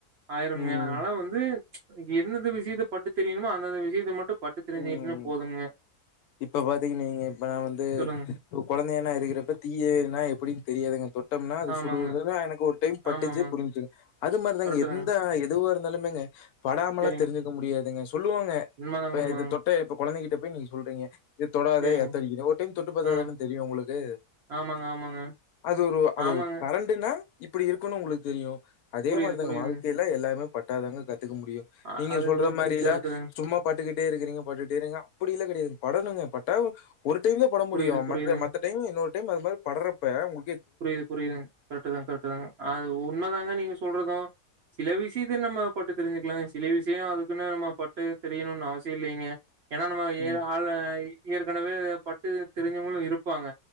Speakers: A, on the right (about 60°); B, on the left (about 75°).
A: ஆயிரம
B: ம்.
A: அதனால வந்து எந்தந்த விஷயத்த பட்டு தெரியணுமோ அந்தந்த விஷயத்த மட்டு பட்டு தெரிஞ்சுக்கிட்டுனா
B: உம்
A: போதுங்க
B: இப்ப பாத்தீங்கன்னு வைங்க இப்ப நா வந்து
A: சொல்லுங்க
B: ஒரு கொழந்தைன்னா இருக்கிறப்ப தீயனா எப்டினு தெரியாதுங்க தொட் டம்னா அது
A: ஆமாங்க
B: சுடுதுன்னா எனக்கு ஒரு டைம் பட்டிச்சு
A: ஆமா ஆமாங்க
B: புரிச்சுங் அது மாரிதாங்க
A: கரெக்ட்டு
B: எந்த
A: தாங்க
B: எதுவாரு நிலமைங்க படாமெலாம்
A: சரிங்க
B: தெரிஞ்சுக்க முடியாதுங்க சொல்லுவாங்க
A: உண்மதாங்க
B: இப்ப
A: உண்மதாங்க
B: இது தொட்ட இப்ப கொழந்தைகிட்ட எப்ப நீங்க சொல்றீங்க இது தொடாதே
A: சரிங்க
B: எர்த்தடிக்கு ஒரு டைம் தொட்டு பாத்தாதானே
A: ஆ
B: தெரியும் உங்களுக்கு
A: ஆமாங்க ஆமாங்க
B: அது ஒரு அது
A: ஆமாங்க
B: கரண்டுன்னா இப்படி இருக்குனு உங்களுக்கு தெரியும் அதே
A: புரியுது
B: மாரிதாங்க
A: புரியுதுங்க
B: வாழ்க்கையில எல்லாமே பட்ட விட்டாதங்க கத் இருக்க முடியும்
A: அ
B: நீங்க
A: அது
B: சொல்ற
A: ஒ
B: மாரிலாம்
A: கரெக்ட்டு தாங்க
B: சும்மா பாட்டுக்கிட்டு பட்டுட்டே இருக்கறீங்க பட்டுட்டே இருக்கிறிங்க அப்படி எல்லாம் கிடையாது படனுங்க பட்டா ஒரு டைம்லான் பட முடியும்
A: புரியுது புரியுதுங்க
B: மத்த மத்த டைம் இன்னொரு திரும்ப அது மாதிரி படுறப்ப உங்க
A: புரியுது புரியுது கரெக்ட் தான் கரெக்ட் தாங்க அது உன்மதாங்க நீங்க சொல்றதும் சில விஷயத்த நம்ம பட்டு தெரிஞ்சுக்லாங்க சில விஷய அதுக்குனு நம்ம பட்டு தெரியணுன் அவசிய இல்லைங்க ஏனா நம்ம
B: ம்.
A: ஏ ஆளை ஏற்கனவே பட்டு தெரிஞ்சவங்களு இருப்பாங்க